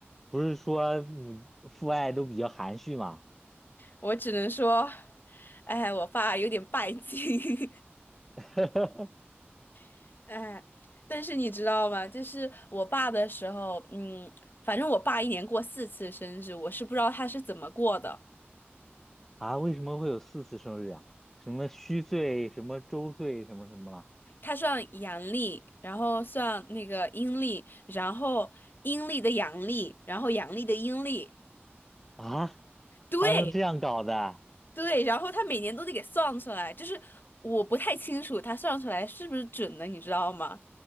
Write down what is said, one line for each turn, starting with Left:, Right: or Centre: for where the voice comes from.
Centre: 不是说母父爱都比较含蓄嘛？
Left: 我只能说，哎，我爸有点拜金，
Centre: <laughs>
Left: <laughs> 哎，但是你知道吗？就是我爸的时候，嗯，反正我爸一年过四次生日，我是不知道他是怎么过的。
Centre: 啊，为什么会有四次生日呀？什么虚岁，什么周岁，什么什么？
Left: 他算阳历，然后算那个阴历，然后阴历的阳历，然后阳历的阴历，
Centre: 啊，
Left: 对。
Centre: 还能这样搞的？
Left: 对，然后他每年都得给算出来，就是我不太清楚他算出来是不是准的，你知道吗？